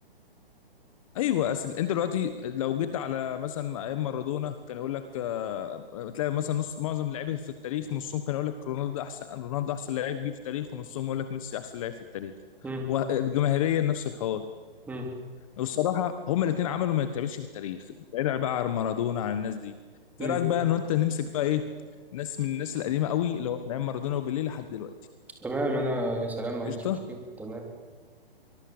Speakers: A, on the left; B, in the centre.
A: ايوه اصل انت دلوقتي لو جيت على مثلا ايام مارادونا كان يقول لك آه، تلاقي مثلا نص معظم اللعيبه في التاريخ نصهم كان يقول لك رونالدو ده احسن رونالدو ده احسن لعيب جه في التاريخ ونصهم يقول لك ميسي احسن لعيب في التاريخ
B: مم.
A: وجماهيريا نفس الحوار
B: مم.
A: والصراحه هما الاثنين عملوا ما يتعملش في التاريخ بعيد بقى عن مارادونا عن الناس دي
B: مم.
A: في رايك بقى ان انت نمسك بقى ايه ناس من الناس القديمه قوي اللي هو من ايام مارادونا وبيليه لحد دلوقتي
B: تمام انا يا سلام ما عنديش
A: قشطه
B: مشكلة تمام